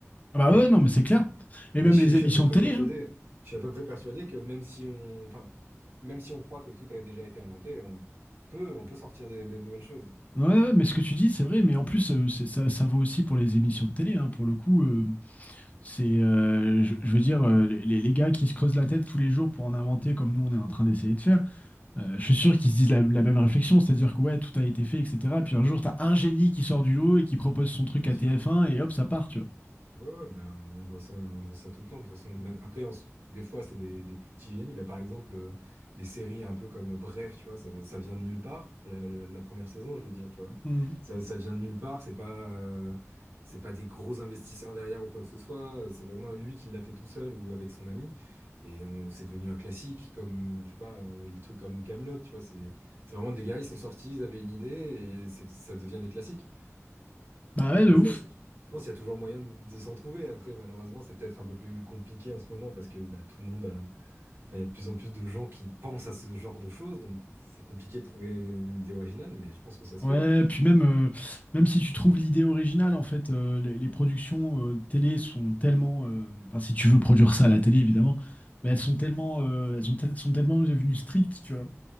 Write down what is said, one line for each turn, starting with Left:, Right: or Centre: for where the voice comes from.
Left: Ah Bah
Right: Donc,
Left: ouais, non, mais c'est clair. Et
Right: mais
Left: même
Right: je suis
Left: les
Right: je
Left: émissions
Right: suis à peu près
Left: de télé,
Right: persuadé,
Left: hein.
Right: je suis à peu près persuadé que même si on, enfin, même si on croit que tout a déjà été inventé, on peut, on peut sortir des, des nouvelles choses.
Left: Ouais, ouais, mais ce que tu dis, c'est vrai, mais en plus, euh, c'est- ça, ça vaut aussi pour les émissions de télé, hein, pour le coup. euh, C'est, euh, je, je veux dire, euh, les, les gars qui se creusent la tête tous les jours pour en inventer comme nous on est en train d'essayer de faire, euh, je suis sûr qu'ils se disent la, la même réflexion, c'est-à-dire que ouais, tout a été fait, etc. Puis un jour, t'as un génie qui sort du lot et qui propose son truc
Right: Bien
Left: à
Right: sûr.
Left: TF1 et hop, ça part, tu vois.
Right: Ouais, ouais, ben, on voit ça, on voit ça tout le temps. De toute façon, même après, en s- des fois, c'est des, des plus petits génies. Ben, par exemple, euh, les séries un peu comme Bref, tu vois, ça, ça vient de nulle part. La, la- la première saison, je veux dire, tu vois,
Left: Mm.
Right: ça, ça vient de nulle part. C'est pas, euh, c'est pas des gros investisseurs derrière ou quoi que ce soit. C'est vraiment lui qui l'a fait tout seul ou avec son ami. Et on, c'est devenu un classique, comme, je sais pas, euh, les trucs comme Camelot, tu vois. C'est, c'est vraiment des gars, ils sont sortis, ils avaient une idée et c'est- ça devient des classiques.
Left: Bah ouais,
Right: Donc
Left: de ouf.
Right: je pense, je pense qu'il y a toujours moyen de s'en trouver. Après, malheureusement, c'est peut-être un peu plus compliqué en ce moment parce que bah, tout le monde a... enfin, il y a de plus en plus de gens qui pensent à ce genre de choses, donc c'est compliqué de trouver une idée originale, mais je pense que ça se
Left: Ouais,
Right: fait. hein.
Left: puis même, euh, même si tu trouves l'idée originale, en fait, euh, les, les productions euh, télé sont tellement, euh, enfin, si tu veux produire ça à la télé, évidemment, mais elles sont tellement, euh, elles sont, tel- sont tellement devenues strictes, tu vois.